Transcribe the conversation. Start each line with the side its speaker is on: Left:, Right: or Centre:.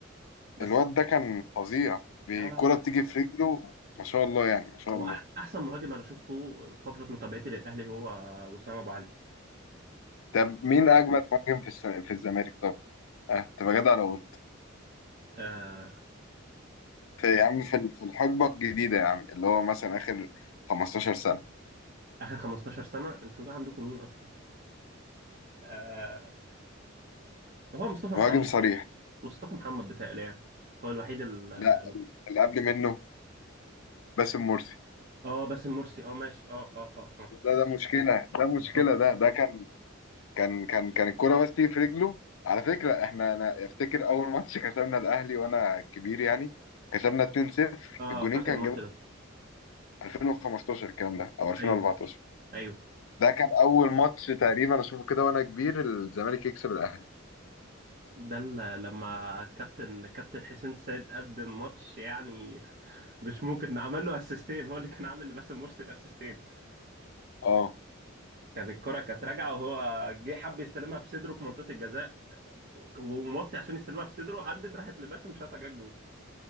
Right: بس
Left: الواد ده كان فظيع بكرة
Right: لا لا لا لا
Left: بتيجي في رجله ما شاء الله يعني ما شاء
Right: هو
Left: الله
Right: أح أحسن مهاجم أنا شفته فترة متابعتي للأهلي هو وسام أبو علي
Left: طب مين اجمد مهاجم في الس- في الزمالك طب اه تبقى جدع لو قلت
Right: آه
Left: في يا عم في في الحقبة الجديدة يا عم اللي هو مثلا آخر 15 سنة
Right: آخر 15 سنة أنتوا جا عندكم مين أصلا؟ آه هو مصطفى محمد
Left: مهاجم صريح
Right: مصطفى محمد بتهيألي يعني هو الوحيد ال
Left: لا اللي قبل منه باسم مرسي
Right: آه باسم مرسي أه ماشي أه أه أه آه.
Left: ده ده مشكلة ده مشكلة
Right: اتفضل.
Left: ده ده كان كان كان كان الكرة بس تيجي في رجله على فكرة احنا انا افتكر اول ماتش كسبنا الاهلي وانا كبير يعني كسبنا 2-0
Right: آه
Left: الجونين
Right: فاكر
Left: كان
Right: الماتش
Left: جابوا
Right: ده
Left: 2015 الكلام ده او 2014
Right: أيوه أيوه
Left: ده كان اول ماتش تقريبا اشوفه كده وانا كبير الزمالك يكسب الاهلي
Right: ده ال- لما كابتن كابتن حسين السيد قدم ماتش يعني <laughs> مش ممكن عمل له اسيستين هو اللي كان عامل لباسم مرسي الاسيستين
Left: اه
Right: كان الكرة كانت راجعة وهو جه حب يستلمها بصدره في منطقة الجزاء آه، وموطي عشان يستلمها في صدره عدت راحت لباسم شاطها جت جول